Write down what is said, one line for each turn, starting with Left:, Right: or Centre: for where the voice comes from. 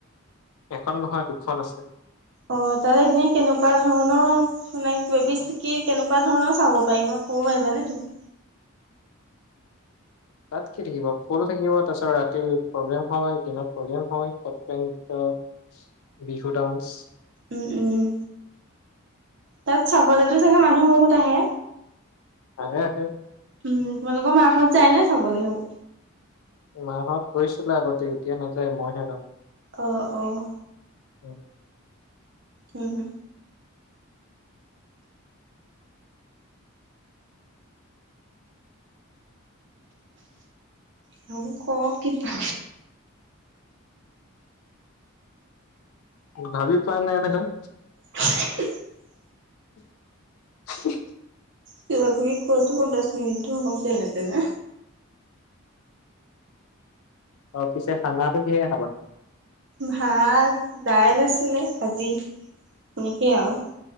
Left: এখন নহয়, দুখন আছে।
Right: অ তাত এনেই কেনেকুৱা ধৰণৰ মানে, কি কেনেকুৱা ধৰণৰ চাব পাৰি কিবা কব পাৰিবানে তুমি?
Left: তাত কি থাকিব? ফুল থাকিব। তাৰ পিছত ৰাতি প্ৰগ্ৰেম, হয় দিনত প্ৰগ্ৰেম হয়। সত্ৰীয়া নৃত্য বিহু ডান্স।
Right: উম উম তাত চাবলেটো চাগে মানুহ বহুত আহে?
Left: ধেই আহে।
Right: উম, তোমালোকৰ মাইহত যায় নে চাবলৈ সেইবোৰ?
Left: মাহত গৈছিলে আগতে। এতিয়া নাযায়। মইহে যাওঁ।
Right: অ, অ।
Left: উ
Right: উম উম তই ক কিবা।
Left: ভাবি পোৱা নাই দেচোন।
Right: <inaudible>
Left: <inaudible>
Right: কিবা-কিবি কই থও। দছ মিনিট মানটো হওক যেনে তেনে।
Left: অ পিছে খানটো কিহেৰে খাবা?
Right: ভাত-দাইল আছিলে, ভাজি সেনেকেই আৰু।